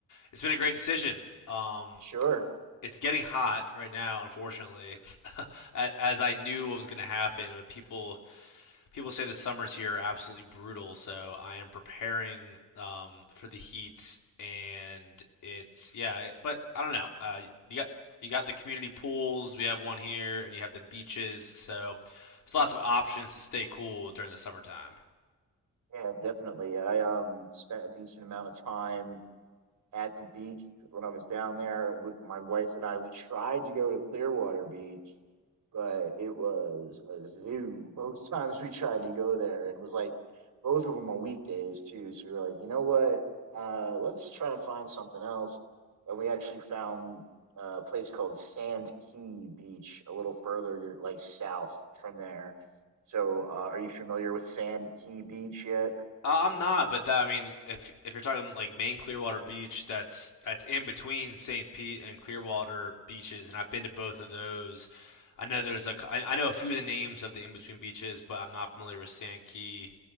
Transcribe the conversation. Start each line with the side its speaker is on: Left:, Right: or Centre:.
Left: it's been a great decision. Um,
Right: Sure.
Left: it's getting hot right now, unfortunately, <laughs> as I knew what was going to happen. But people people say the summers here are absolutely brutal, so I am preparing um, for the heat. And it's yeah, but I don't know. Uh, you got you got the community pools. We have one here, and you have the beaches. So there's lots of options to stay cool during the summertime.
Right: Yeah, definitely. I um spent a decent amount of time at the beach when I was down there with my wife and I. We tried to go to Clearwater Beach but it was a zoo. Both times we tried to go there, and it was like both of them on weekdays too. So we were like, you know what? Uh, let's try and find something else. And we actually found a place called Sand Key Beach, a little further like south from there. So, uh, are you familiar with Sand Key Beach yet?
Left: Uh, I'm not, but that, I mean, if if you're talking like main Clearwater Beach, that's that's in between St. Pete and Clearwater beaches, and I've been to both of those. I know there's a, I, I know a few of the names of the in between beaches, but I'm not familiar with Sand Key.